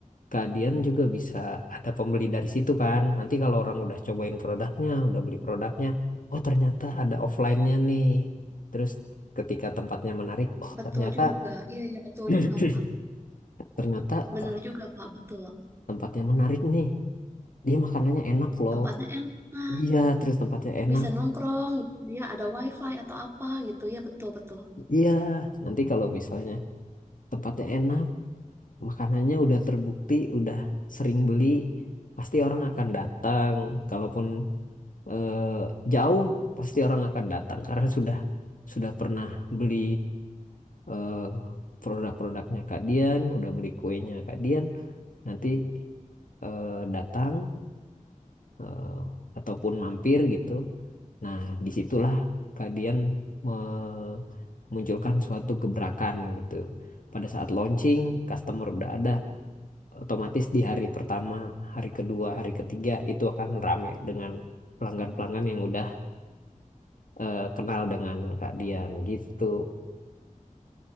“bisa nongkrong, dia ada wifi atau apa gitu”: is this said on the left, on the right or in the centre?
Right